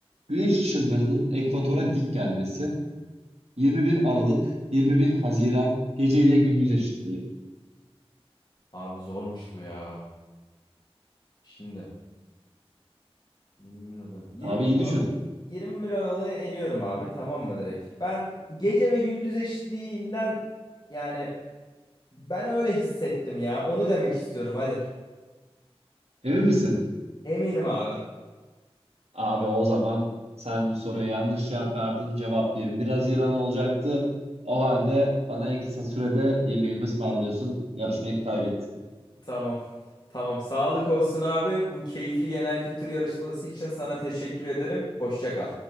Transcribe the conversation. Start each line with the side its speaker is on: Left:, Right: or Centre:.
Right: Güneş ışınlarının ekvatora dik gelmesi, 21 Aralık, 21 Haziran, gece ile gündüz eşitliği.
Left: Abi zormuş bu ya. Şimdi 21 Aralık. 20,
Right: Abi iyi düşün.
Left: 21 Aralık'ı eliyorum abi. Tamam mı direkt? Ben gece ve gündüz eşitliğinden yani ben öyle hissettim ya. Onu demek istiyorum hadi.
Right: Emin misin?
Left: Eminim abi.
Right: Abi o zaman sen bu soruya yanlış cevap verdin. Cevap 21 Haziran olacaktı. O halde bana en kısa sürede yemeğimi ısmarlıyorsun. Yarışmayı kaybettin.
Left: Tamam. Tamam. Sağlık olsun abi. Bu keyifli genel kültür yarışması için sana teşekkür ederim. Hoşça kal.